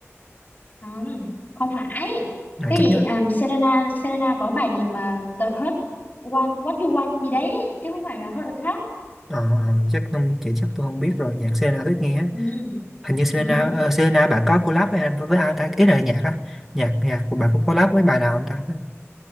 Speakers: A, on the left; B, in the centre.
A: không không phải
B: rồi
A: cái
B: chắc
A: gì
B: nhớ
A: um, Selena Selena có bài gì mà The Hurt One What You Want gì đấy chứ không phải là Heart Attack
B: Ờ, ờ, chắc không chị chắc tôi không biết rồi nhạc Selena thích nghe á.
A: ừ.
B: hình như Selena
A: Ừ.
B: ờ, Selena bà có collab với, ai- với với ai ta ý là nhạc á nhạc nhạc của bà cũng collab với bài nào không ta